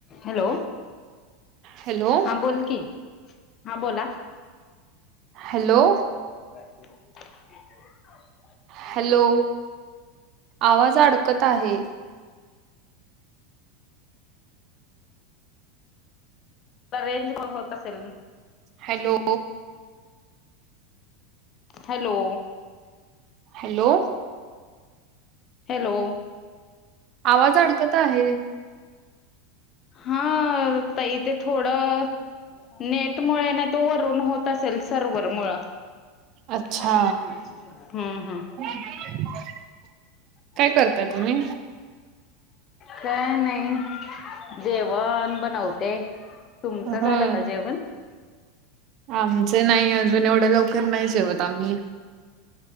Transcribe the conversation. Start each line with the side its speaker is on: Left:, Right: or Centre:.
Left: Hello
Right: hello
Left: हा बोल कि हा बोला!
Right: हॅलो!
Left: <unintelligible>
Right: हॅलो आवाज अडकत आहे.
Left: रेंज न होत असेल.
Right: हॅलो!
Left: हॅलो!
Right: हॅलो!
Left: हॅलो!
Right: आवाज अडकत आहे.
Left: हा ताई ते थोडं नेट मुळे नाही तर वरून होत होत असेल सर्व्हरमूळ
Right: अच्छा
Left: हम्म-हम्म.
Right: <unintelligible> काय
Left: <inaudible>
Right: करताय तुम्ही
Left: काय नाही जेवण बनवते. तुमचं
Right: हम्म.
Left: झालं का जेवण
Right: आमच नाही अजून एवढं लवकर नाही जेवत आम्ही.